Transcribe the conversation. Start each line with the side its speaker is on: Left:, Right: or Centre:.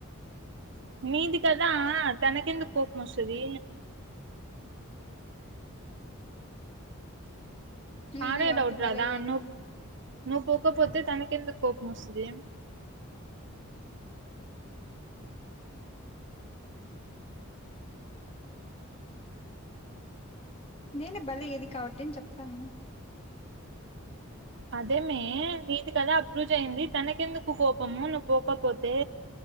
Right: మీది కదా తనకెందు కోపం వస్తుంది
Left: నేనే
Right: కా
Left: గాబట్టి
Right: డౌట్
Left: బలయ్యేది.
Right: రాదా ను నువు పోకపోతే తనకు ఎందుకు కోపం వస్తది
Left: నేను బలైయేది కాబట్టి అని చెప్తాను
Right: అదేమే నీది కదా అప్రూజ్ అయింది తనకెందుకు కోపము నువ్వు పోకపోతే